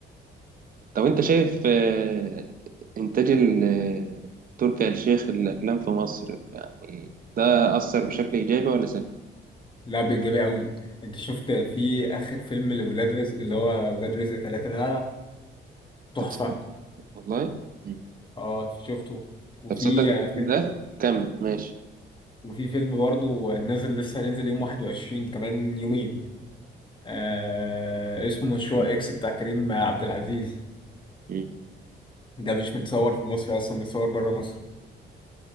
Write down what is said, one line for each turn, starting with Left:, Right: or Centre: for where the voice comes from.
Right: طب انت شايف آه، انتاج ال- آه، تركي آل الشيخ الافلام في مصر يعني ده اثر بشكل ايجابي ولا سلبي
Left: لا بإيجابية قوي انت شفت في اخر فيلم لولاد رزق اللي هو ولاد رزق ثلاثة ده تحفة
Right: طب تصدق- والله مم.
Left: اه شفته وفي
Right: طب تصدق
Left: فيلم
Right: ده كمل ماشي
Left: وفي فيلم برضه نازل لسه هينزل يوم 21 كمان يومين آه اسمه مشروع اكس بتاع كريم عبد العزيز
Right: مم.
Left: ده مش متصور في مصر اصلا متصور بره مصر